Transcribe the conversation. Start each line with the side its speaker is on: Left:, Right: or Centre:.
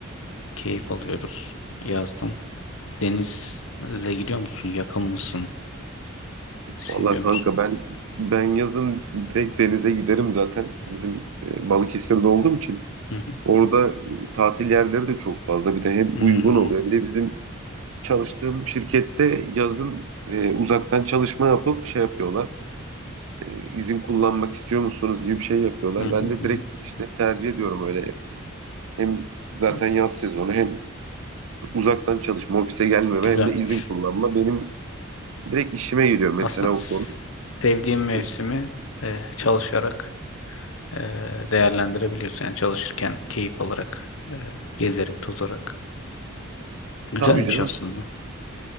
Left: Keyif alıyoruz yazdan. Denize gidiyor musun? Yakın mısın? Seviyor
Right: Vallahi kanka
Left: musun?
Right: ben ben yazın direkt denize giderim zaten. Bizim e, Balıkesir'de olduğum için
Left: Hı hı.
Right: orada e, tatil yerleri de çok fazla. Bir de hem
Left: Hmm.
Right: uygun oluyor. Bir de bizim çalıştığım şirkette yazın e, uzaktan çalışma yapıp şey yapıyorlar. e, izin kullanmak istiyor musunuz gibi bir şey yapıyorlar.
Left: Hı hı
Right: Ben de
Left: hı
Right: direkt
Left: hı.
Right: işte tercih ediyorum öyle. Hem zaten
Left: Hı.
Right: yaz sezonu hem uzaktan çalışma, ofise gelmeme
Left: Güzelmiş.
Right: hem de izin kullanma benim direkt işime geliyor mesela
Left: Aslında
Right: o
Left: s-
Right: konu.
Left: sevdiğim mevsimi
Right: Hı.
Left: e, çalışarak e, değerlendirebiliyorsun. Yani çalışırken keyif alarak, e, gezerek, tozarak. Güzelmiş
Right: Tabii canım.
Left: aslında.